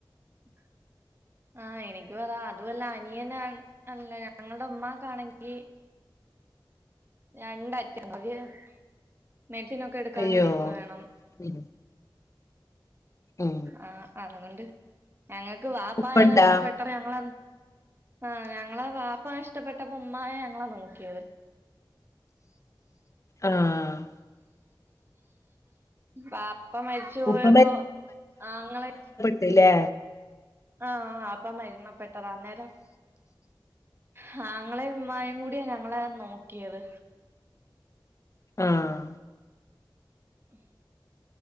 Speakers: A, on the right; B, on the left.
A: <inaudible> ആഹ് എനിക്ക് അതാ അതുമല്ല അനിയനെയാണ് അല്ല ഞങ്ങളുടെ ഉമ്മാക്കാണെങ്കിൽ രണ്ടറ്റാ <unintelligible> മെഡിസിനൊക്കെ എടുക്കാനും
B: അയ്യോ
A: പൈസ വേണം.
B: ഉം ഉം
A: ആഹ് അതുകൊണ്ട് ഞങ്ങക്ക് വാപ്പാനെ
B: ഉപ്പണ്ടാ
A: നഷ്ടപ്പെട്ട അ ഞങ്ങള ആഹ് ഞങ്ങള വാപ്പാ നഷ്ട്ടപ്പെട്ടപ്പോ ഉമ്മായാ ഞങ്ങളെ നോക്കിയത്.
B: ആഹ്
A: വാപ്പ മരിച്ചുപോയപ്പോ
B: ഉപ്പ
A: ആങ്ങെളെ
B: ത് ല്ലേ
A: ആഹ് അഹ് അപ്പ മരണപ്പെട്ടത അന്നേരം. ഹാങ്ങളെയും ഉമ്മയും കൂടിയാ ഞങ്ങളെ നോക്കിയത്.
B: ആഹ്
A: ഉ <inaudible>